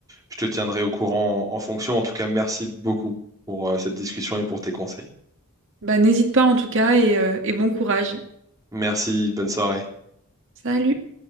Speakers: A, on the right (about 15°); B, on the right (about 60°).
A: je te tiendrai au courant en, en fonction. En tout cas, merci beaucoup pour euh, cette discussion et pour tes conseils.
B: Bah, n'hésite pas en tout cas et, euh, et bon courage.
A: Merci, bonne soirée.
B: Salut!